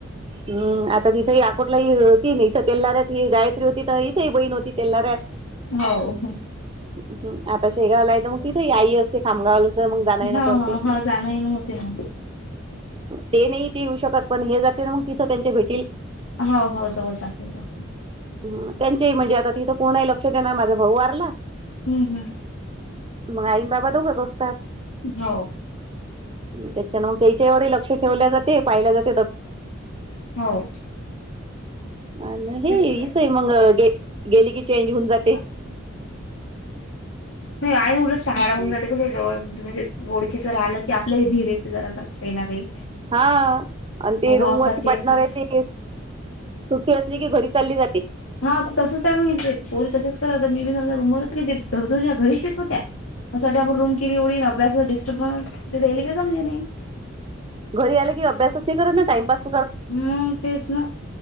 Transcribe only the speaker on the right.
हम्म आता तिथेही आकोटला ह होती इथं तेलऱ्यात ही गायत्री होती तर इथेही बहीण होती तेलऱ्यात.
हम्म आता शेगावला आहे तर मग तिथे आई असते खामगावला तर मग जाणं येणं
करते.
ते नाही इथे येऊ शकत पण हे जाते ना मग तिथं त्यांच्या भेटील
ह त्यांच्याही म्हणजे आता तिथं कोणाही लक्षात येईनाय माझा भाऊ वारला
मग आई अन बाबा दोघच असतात.
त्याच्यान मग त्याच्यावर लक्ष ठेवल्या जाते पाहिल्या जात
अ हे
इच आहे मग गे गेली की चेंज होऊन जाते.
हम्म.
हा आणि ते
रूमवरची
पार्टनर
आहे ती सुट्टी असली की घरी चालली जाते
घरी आले कि अभ्यास स कर ना टाईम पास